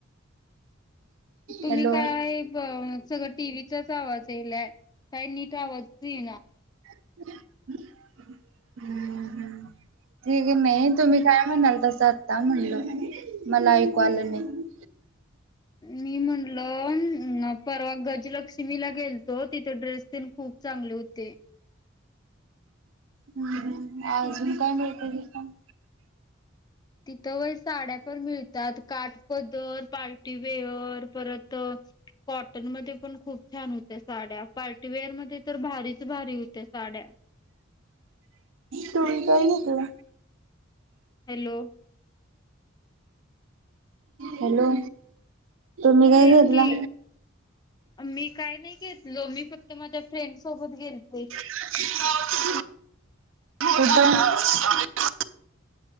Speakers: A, on the left; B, on the right.
A: तुम्ही
B: हॅलो
A: काय क सगळ टीव्हीचाच आवाज येलाय काय निट वाज ये ना <unintelligible>
B: अ हम्म. ठीक आहे म <unintelligible> तुम्ही काय म्हणाल तस आत्ता म्हणल मला ऐकू आलं नाही.
A: मी म्हटल अम न परवा गजलक्ष्मीला गेल हो तिथं ड्रेस तीन खूप. चांगले होते.
B: हम अजून काय <unintelligible> मिळतय तीत पण
A: तिथं वय साड्या पण मिळतात काट पधर पार्टीवेअर परत कॉटनमध्ये पण खूप छान होत्या साड्या पार्टीवेअर मध्ये तर भारीच भारी होत्या साड्या
B: तुम्ही काय घेतल.
A: हॅलो.
B: हॅलो. तुम्ही काय
A: तेच
B: घेतला?
A: की मी काय नाही घेतल मी फक्त माझ्या फ्रेंड सोबत गेलती.
B: <unintelligible>